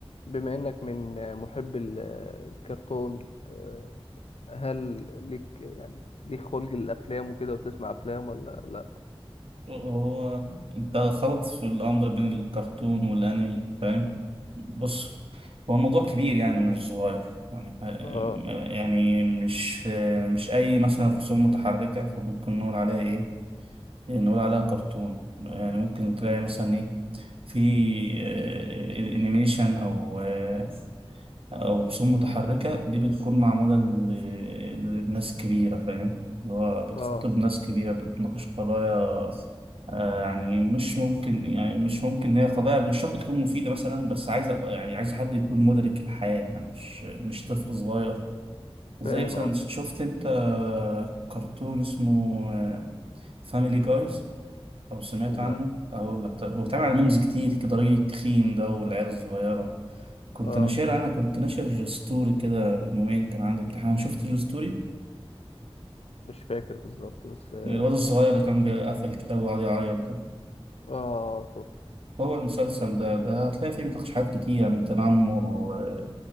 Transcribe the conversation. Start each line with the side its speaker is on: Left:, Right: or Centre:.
Left: بما إنك من محب ال- الكرتون آه، هل ليك يعني ليك خلق الأفلام وكده وتسمع أفلام ولا لأ؟
Right: هو انت خلط في الامر بين الكرتون والانمي فاهم بص هو الموضوع كبير يعني مش صغير يعني
Left: آه
Right: يعني مش مش اي مثلا رسوم متحركه فممكن نقول عليها ايه نقول عليها كرتون يعني ممكن تلاقي مثلا ايه في آه، انيميشن او آه، أو رسوم متحركة دي بتكون معمولة ل- لناس كبيرة فاهم اللي هو بتخاطب
Left: آه
Right: ناس كبيرة بتناقش قضايا آه، يعني مش ممكن يعني مش ممكن هي قضايا مش شرط تكون مفيدة مثلا بس عايزة يعني عايز حد يكون مدرك الحياة يعني مش مش طفل صغير
Left: فاهم
Right: زي مثلا
Left: آه
Right: شفت انت كرتون اسمه فاميلي جايز او سمعت
Left: لأ
Right: عنه اقول لك طيب، هو اتعمل على ميمز كتير كده راجل التخين ده والعيال الصغيرة كنت
Left: آه
Right: ناشرها انا كنت ناشر ستوري كده من يومين كان عندي امتحان شفت الستوري
Left: مش فاكر بالظبط بس آه
Right: الواد الصغير اللي كان بيقفل الكتاب وقعد يعيط ده
Left: آه شفت
Right: هو المسلسل ده ده هتلاقي فيه بتحشيحات كتير يعني تنمر و-